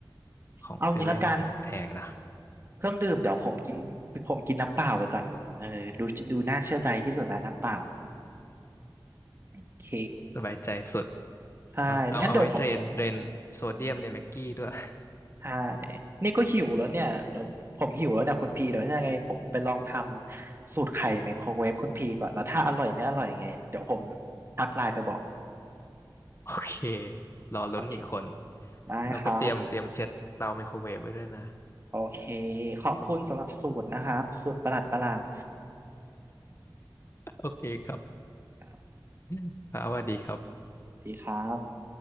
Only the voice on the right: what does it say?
เอางี้ละกันเครื่องดื่มเดี๋ยวผมกินผมกินน้ำเปล่าไปก่อนเออดูดูน่าเชื่อใจที่สุดแล้วน้ำเปล่าโอเค
ใช่งั้นเดี๋ยวผม
อืมใช่นี่ก็หิวแล้วเนี่ยเดี๋ยวผมผมหิวแล้วเนี่ยคุณพีเดี๋ยวยังไงผมไปลองทำสูตรไข่ไมโครเวฟคุณพีก่อน แล้วถ้าอร่อยไม่อร่อยยังไงเดี๋ยวผมทักไลน์ไปบอก
โอเคได้ครับ
โอเคขอบคุณสำหรับสูตรนะครับ สูตรประหลาดประหลาด
ครับ
สวัสดีครับ